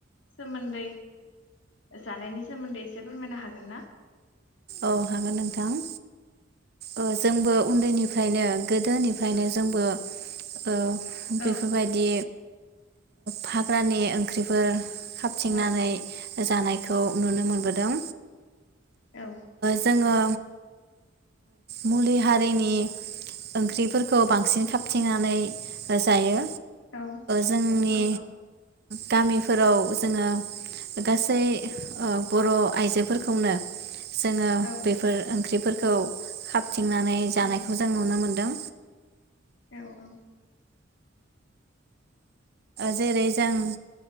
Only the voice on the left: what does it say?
सोमोन्दै जानायनि सोमोन्दै एसे फोरमायनो हागोन ना?
औ
औ
औ।
औ
औ औ
औ
औ
औ औ।